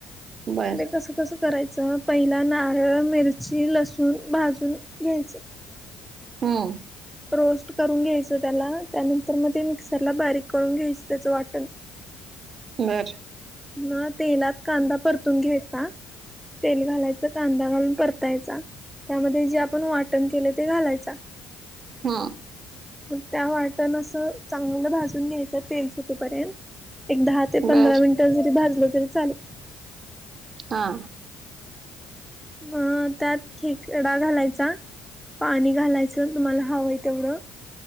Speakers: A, on the right (about 45°); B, in the centre.
A: बर
B: म्ह कसं कसं करायचं पहिला नारळ, मिरची, लसूण भाजून घ्यायचं.
A: होम
B: रोस्ट करून घ्यायचं त्याला त्यानंतर मग ते मिक्सरला बारीक करून घ्यायचं त्याचं वाटण.
A: बर.
B: म तेलात कांदा परतून घ्यायचा तेल घालायचं कांदा घालून परतायचा. त्यामध्ये जे आपण वाटण केलं ते घालायच.
A: हम्म
B: मग त्या वाटण असं चांगलं भाजून घ्यायचं तेल सुटूपर्यंत एक दहा ते पंधरा
A: बर
B: मिनिटं जरी भाजलं तरी चालेल.
A: हा
B: मग त्यात खेकडा घालायचा पाणी घालायचं तुम्हाला हवं आहे तेवढं.